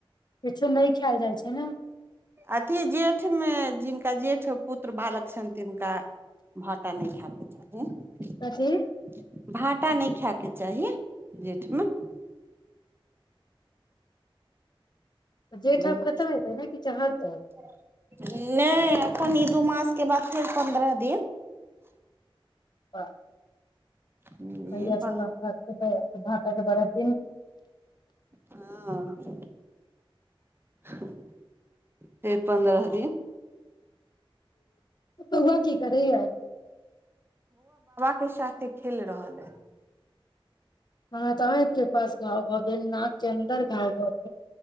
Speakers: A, on the left; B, on the right.
A: किछु नहि खायल जाइत छैक ने
B: अथि जेठमे जिनका जेठ पुत्र बालक छनि तिनका भाटा नहि खायकेँ चाही
A: कथी
B: भाटा नहि खाय कें चहिए जेठमे
A: जेठ
B: नहि
A: आब खतम हेतै ने कि चहरतै
B: एखन‌ ई दू मास कें बाद फेर पन्द्रह दिन
A: ब <inaudible>
B: ई
A: कहहिय
B: पन
A: से <unintelligible> काम भाकतै भााते बड़ <unintelligible>
B: हँ से पन्द्रह दिन
A: बौआ की करैय
B: सबकेँ साथे खेल रहल अइ
A: ह तऽ अहाकें पास गाँव भऽ गेल न चन्दर गाँव